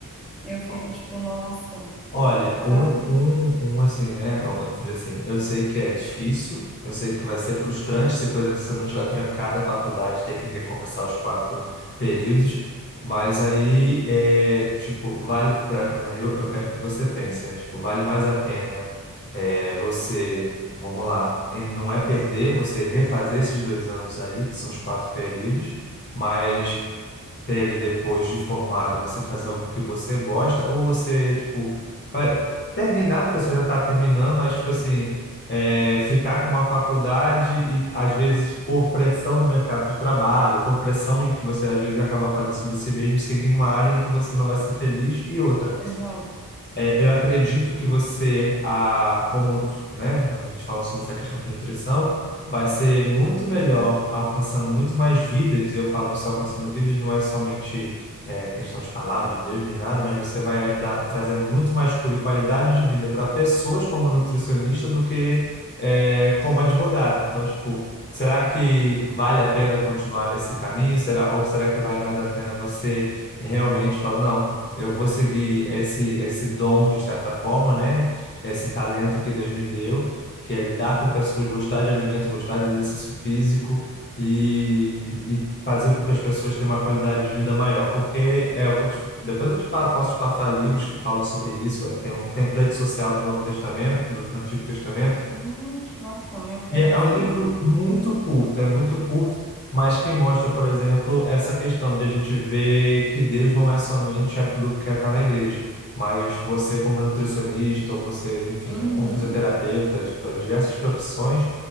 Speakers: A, in the centre; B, on the left (about 30°).
A: eu fico,
B: Ó,
A: tipo, nossa,
B: Olha, um,
A: sabe?
B: um, um assim, né? Vamos dizer assim, eu sei que é difícil, eu sei que vai ser frustrante se, por exemplo, você não tiver trancado a faculdade, ter que recomeçar os quatro períodos, mas aí é tipo, vale pra, eu, eu quero que você pense, né? Tipo, vale mais a pena é, você, vamos lá, e não é perder, você refazer esses dois anos aí, que são os quatro períodos, mas ter ali depois de formada, você fazer algo que você gosta, ou você, tipo, vai terminar, porque você já está terminando, mas, tipo assim, é, ficar com uma faculdade e, às vezes, por pressão do mercado de trabalho, por pressão em que você, às vezes, acaba fazendo sobre si mesmo, seguindo uma área em que você não vai ser feliz e outra.
A: Exato.
B: É, eu acredito que você, a, como, tipo, né, a gente fala sobre essa questão de nutrição, vai ser muito melhor alcançando muito mais vidas. Eu falo isso alcançando vidas, não é somente é, questão de palavra de Deus nem nada, mas você vai ajudar trazendo muito mais cura e qualidade de vida para pessoas como nutricionista do que é, como advogado. Então, tipo, será que vale a pena continuar nesse caminho? Será, ou será que vale mais a pena você realmente falar, não? eu vou seguir esse esse dom de certa forma, né? Esse talento que Deus me deu, que é lidar com pessoas, gostar de alimento, gostar de exercício físico e, e fazer com que as pessoas tenham uma qualidade de vida maior, porque é, eu vou te- depois eu te, pa- posso te passar livros que falam sobre isso, é, tem o template social do Novo Testamento, do Antigo Testamento
A: Hum, que bacana, eu quero
B: e é é
A: sim.
B: um livro muito curto, é muito curto, mas que mostra, por exemplo, essa questão de a gente ver que Deus não é somente aquilo que está na igreja, mas você como nutricionista, ou você, enfim,
A: Uhum.
B: né, como fisioterapeuta, diversas profissões,